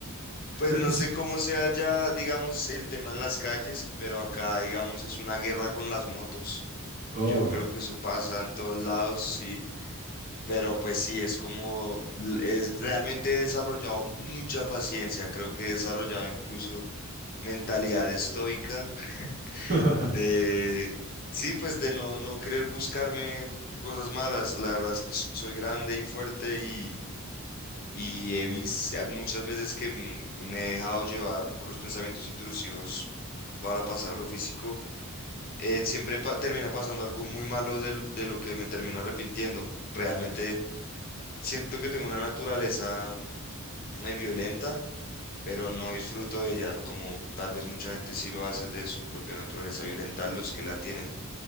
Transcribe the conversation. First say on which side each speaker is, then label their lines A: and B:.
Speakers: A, on the left; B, on the right.
A: Pues
B: Es-
A: no sé cómo sea ya, digamos, el tema en las calles, pero acá, digamos, es una guerra con las motos.
B: Oh.
A: Yo creo que eso pasa en todos lados, sí. Pero pues sí, es como, l- es realmente he desarrollado mucha paciencia, creo que he desarrollado incluso mentalidad estoica
B: <laughs>
A: de, sí, pues de no, no querer buscarme cosas malas. La verdad es que so- soy grande y fuerte y, y he vis- muchas veces que m- me he dejado llevar por los pensamientos intrusivos para pasar a lo físico. eh, siempre pa- termina pasando algo muy malo del- de, lo que me termino arrepintiendo. Realmente siento que tengo una naturaleza eh, violenta, pero no disfruto de ella, como tal vez mucha gente sí lo hace de su propia naturaleza violenta, los que la tienen.